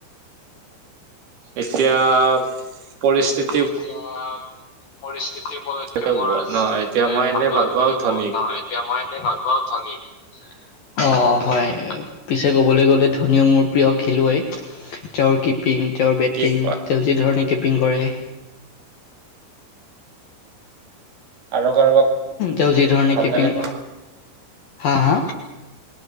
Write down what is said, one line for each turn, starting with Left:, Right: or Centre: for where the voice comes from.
Right: এতিয়া পৰিস্থিত
Left: এতিয়া পৰিস্থিতি উপলক্ষে
Right: হ'ব
Left: মোৰ <unintelligible>
Right: ন এতিয়া মই
Left: ভাল
Right: এনে
Left: লগা <unintelligible>
Right: পাওঁ ধনীক
Left: এতিয়া মই এনে ভাল পাওঁ ধনীক। অ, হয়। পিছে কবলৈ গ'লে ধনীও মোৰ প্ৰিয় খেলুৱৈ। তেওঁৰ কিপিং, তেওঁৰ বেটিং,
Right: কি কোৱা
Left: তেওঁ যি ধৰণে কিপিং কৰে।
Right: আৰু কাৰোবাক
Left: তেওঁ যি ধৰণে
Right: ভাল
Left: কিপিং,
Right: লাগে নে?
Left: হা হা।